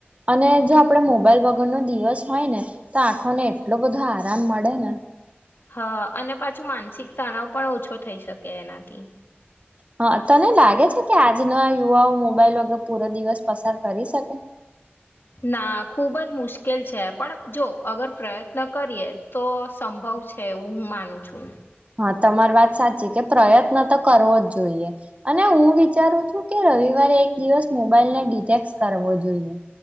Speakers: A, on the right; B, on the left.
A: અને જો આપડે મોબાઈલ વગર નો દિવસ હોય ને તો આંખોને એટલો બધો આરામ મળે ને.
B: હા. અને પાછું માનસિક તણાવ પણ ઓછો થઈ શકે એનાથી.
A: હા તને લાગે છે કે આજના યુવાઓ મોબાઈલ વગર પૂરો દિવસ પસાર કરી શકે?
B: ના ખુબ જ મુશ્કેલ છે પણ જો અગર પ્રયત્ન કરીએ તો સંભવ છે એવું હું માનું છું.
A: હા તમારી વાત સાચી કે પ્રયત્ન તો કરવો જ જોઈએ અને હું વિચારું છું કે રવિવારે એક દિવસ મોબાઈલને ડિટેક્ટર્સ કરવો જોઈએ.